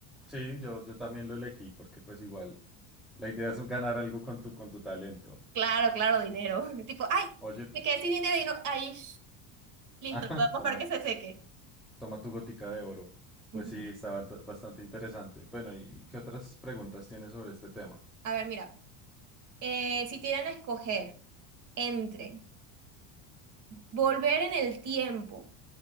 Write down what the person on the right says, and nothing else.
Claro, claro, dinero. <laughs> Tipo, ay,
me quedé sin dinero y no. Ay, sh- listo,
vamos
para que se seque.
Ujú.
A ver, mira. eh, si te dieran a escoger entre volver en el tiempo